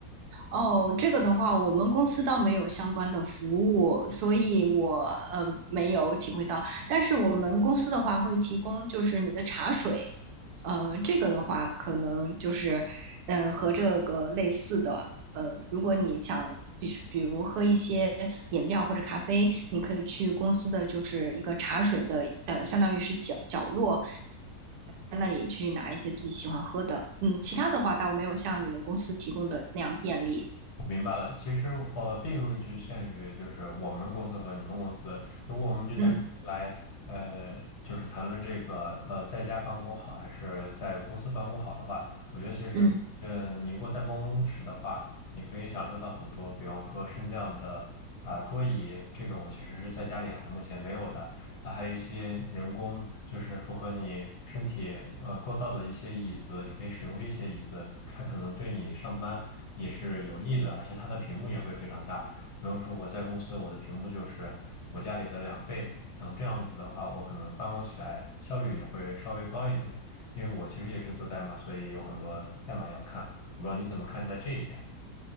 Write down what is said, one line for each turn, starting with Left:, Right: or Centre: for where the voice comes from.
Right: 哦，这个的话，我们公司倒没有相关的服务，所以我呃没有体会到。但是我们公司的话会提供就是你的茶水，呃，这个的话可能就是呃和这个类似的，呃，如果你想比比如喝一些饮料或者咖啡，你可以去公司的就是一个茶水的呃，相当于是角角落那里去拿一些自己喜欢喝的。嗯，其他的话倒没有像你们公司提供的那样便利。
Left: 明白了，其实呃，并不局限于就是我们公司和你们公司。如果我们就单纯来呃，
Right: 嗯。
Left: 就是谈论这个呃，在家办公好还是在公司办公好的话，我觉得其实呃，
Right: 嗯
Left: 你如果在办公室的话，你可以享受到很多，比方说升降的啊、桌椅，这个我其实是在家里还目前没有的。啊还有一些人工，就是符合你身体呃构造的一些椅子，你可以使用这些椅子，它可能对你上班也是有益的，而且它的屏幕也会非常大。比方说我在公司，我的屏幕就是我家里的两倍，嗯，这样子的话，我可能办公起来效率也会稍微高一点，因为我其实也是做代码，所以有很多代码要看。我不知道你怎么看待这一点。